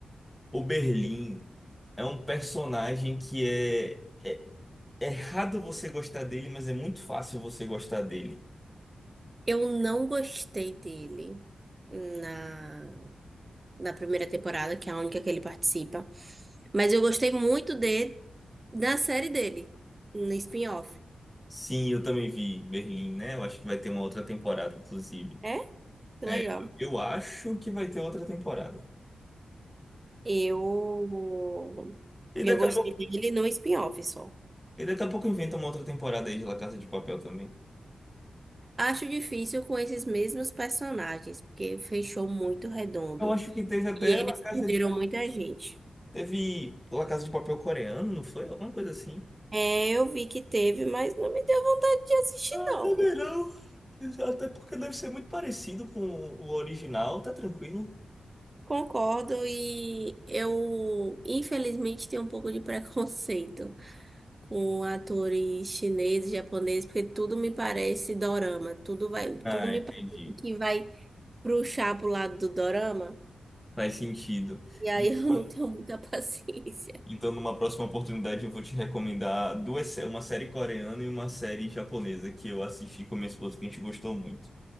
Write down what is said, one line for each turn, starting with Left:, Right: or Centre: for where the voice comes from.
Centre: o Berlim é um personagem que é é errado você gostar dele, mas é muito fácil você gostar dele.
Right: Eu não gostei dele na, na primeira temporada, que é a única que ele participa, mas eu gostei muito dele na série dele, no spin-off.
Centre: Sim, eu também vi Berlim, né? Eu acho que vai ter uma outra temporada, inclusive.
Right: É? Que
Centre: É,
Right: legal.
Centre: eu acho que vai ter outra temporada.
Right: Eu,
Centre: E
Right: eu
Centre: daqui
Right: gostei
Centre: a pouco,
Right: dele no spin-off só.
Centre: e daqui a pouco inventa uma outra temporada aí de La Casa de Papel também.
Right: Acho difícil com esses mesmos personagens, porque fechou muito redondo.
Centre: Eu acho que teve até
Right: E eles
Centre: La Casa
Right: perderam
Centre: de
Right: muita gente.
Centre: Teve La Casa de Papel coreano, não foi? Alguma coisa assim.
Right: É, eu vi que teve, mas não me deu vontade de assistir,
Centre: Ah,
Right: não.
Centre: também não. Até porque deve ser muito parecido com o original, tá tranquilo.
Right: Concordo, e eu, infelizmente, tenho um pouco de preconceito <laughs> com atores chineses, japoneses, porque tudo me parece dorama. Tudo vai, tudo
Centre: Ah,
Right: me
Centre: entendi.
Right: parece que vai puxar pro lado do dorama.
Centre: Faz sentido.
Right: E aí
Centre: Então,
Right: <laughs> eu não tenho muita <laughs> paciência.
Centre: então, numa próxima oportunidade, eu vou te recomendar duas, sé- uma série coreana e uma série japonesa que eu assisti com minha esposa, que a gente gostou muito.